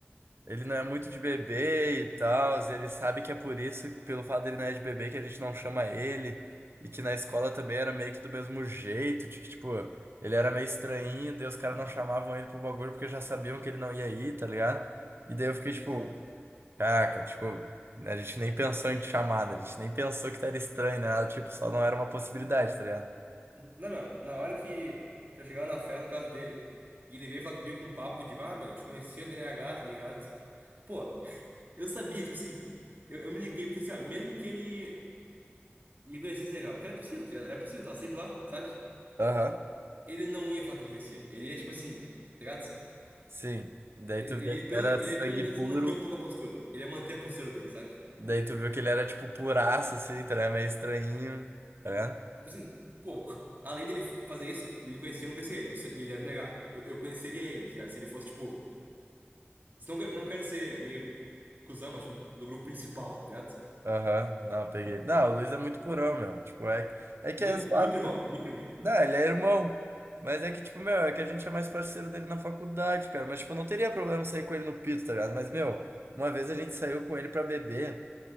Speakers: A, on the right; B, on the right.
A: ele não é muito de bebê e tal, ele sabe que é por isso, pelo fato dele não é de bebê, que a gente não chama ele, e que na escola também era meio que do mesmo jeito, de que, tipo, ele era meio estranho, daí os caras não chamavam ele pro bagulho porque já sabiam que ele não ia ir, tá ligado? E daí eu fiquei
B: exato.
A: tipo, Caraca, tipo, a gente nem pensou em te chamada, a gente nem pensou que era estranho, né? Nada, Tipo, só não era uma possibilidade, tá ligado?
B: Não, meu, na hora que, que eu chegar na festa na casa dele. E ele veio falar comigo com um papo de, ah, meu, te conhecia do NH, tá ligado? Pô, eu sabia, tipo assim, eu, eu me liguei porque assim, ó, mesmo que ele me conhecesse legal, que era possível, tá ligado? era possível, tava sempre lá, sabe?
A: Aham.
B: Ele não ia falar que me conhecia. Ele ia, tipo assim, tá ligado?
A: Sim. Daí
B: Ele,
A: tu
B: ele,
A: vê
B: ia
A: que
B: pelo,
A: ele era
B: ele
A: sangue
B: ia pelo menos
A: puro,
B: manter um pouco a postura. Ele ia manter a postura dele, sabe?
A: daí tu viu que ele era, tipo, puraço, assim, tá ligado? Meio estranhinho, tá ligado?
B: Tipo assim, pô, <laughs> além dele fazer isso, ele me conhecia, eu não conhecia ele. Eu sei- e ele era negar. Eu, eu conheceria ele, tá ligado? Se ele fosse, tipo. Não, quero- não quero ser meio cuzão, mas tipo, do grupo principal, tá ligado?
A: Aham, Não, peguei. Não, o Luiz é muito purão, meu. Tipo, é, é que
B: Muito,
A: é zoado.
B: muito irmão, muito irmão.
A: Não, ele é irmão. Mas é que, tipo, meu, é que a gente é mais parceiro dele na faculdade, cara. Mas, tipo, não teria problema sair com ele no pito, tá ligado? Mas, meu, uma vez a gente saiu com ele pra beber.